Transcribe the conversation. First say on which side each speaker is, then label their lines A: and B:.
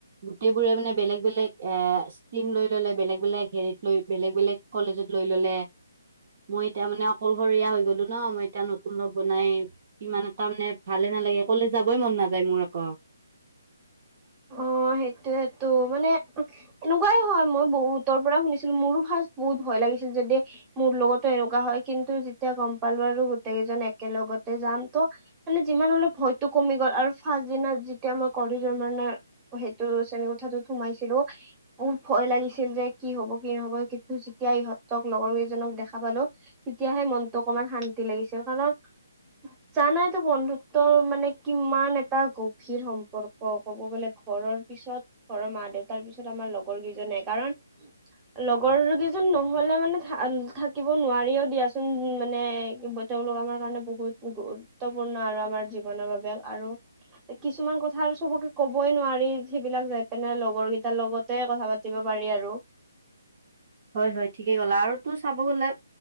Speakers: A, on the right; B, on the right.
A: গোটেই বোৰে মানে বেলেগ বেলেগ বেলেগ এ ষ্টিম লৈ ললে বেলেগ বেলেগ হেৰিত লৈ বেলেগ বেলেগ কলেজত লৈ ললে মই এতিয়া মানে অকলশৰীয়া হৈ গলো ন মই এতিয়া নতুন লগ বনাই ইমান এটা মানে ভালে নালাগে, কলেজ যাবই মন নাযায় মোৰ আক।
B: অ সেইটোয়েটো মানে এনেকুৱাই হয়, মই বহুতৰ পৰা শুনিছিলো মোৰো ভাজ বহুত ভয় ভয় লাগিছিল যদি মোৰ লগতো এনেকুৱা হয় কিন্তু যেতিয়া গম পালো আৰু গোটেই কেইজন একে লগতে জাম <unintelligible> যাম ত মানে যিমান হলে ভয়তো কমি গল আৰু ফাছ দিনা যেতিয়া মই ক জোৰমানে সেইটো শ্ৰেণীকোঠাটোত সোমাইছিলো খুব ভয় লাগিছিল যে কি হব কি নহব কিন্তু যেতিয়া ইহঁতক লগৰ কেইজনক দেখা পালো তেতিয়াহে মনটো অকমান শান্তি লাগিছিল কাৰণ জানাই তো বন্ধুত্বৰ মানে কিমান এটা গভীৰ সম্প সম্পৰ্ক ক'ব গ'লে ঘৰৰ পিছত ঘৰৰ মা দেউতাৰ পিছত আমাৰ লগৰ কেইজনে কাৰণ লগৰ কেইজন নহলে মানে থাকিব নোৱাৰিও দিয়াচোন মানে, তেওঁলোক আমাৰ কাৰণে বহু বহুত গুৰুত্বপূৰ্ণ আৰু আমাৰ জীৱনৰ বাবে আৰু কিছুমান কথা চবকে ক'বই নোৱাৰি সেইবিলাক যাই পিনে লগৰ কেইটাৰ লগতে কথা পাতিব পাৰি আৰু
A: হয় হয় ঠিকেই কলা আৰু তোৰ চাব গলে